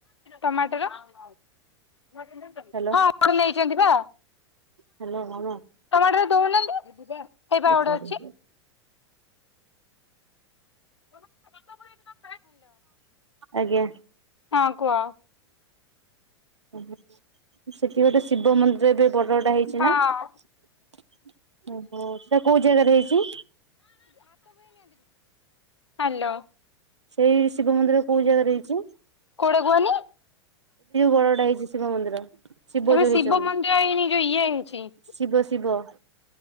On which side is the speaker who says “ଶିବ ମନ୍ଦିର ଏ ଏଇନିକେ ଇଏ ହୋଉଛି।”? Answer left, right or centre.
Left